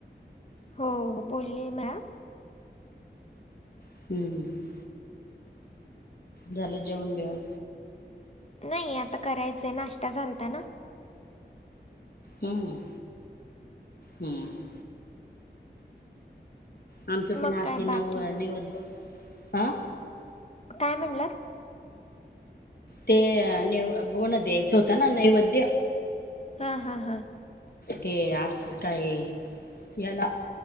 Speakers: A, on the left (about 35°); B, on the left (about 55°).
A: हो. बोली माया.
B: <inaudible> झाल जेवण बिवन.
A: नाही आता करायचं, नाष्टा झालता ना.
B: हम्म हम्म. आमच्यात
A: मग
B: पण असते
A: काय
B: नऊ
A: बाकी
B: निवद दा.
A: काय म्हणलात?
B: ते निव भाऊला द्यायचा होता ना नैवैद्य.
A: हा हा हा.
B: ते असं काय आहे. याला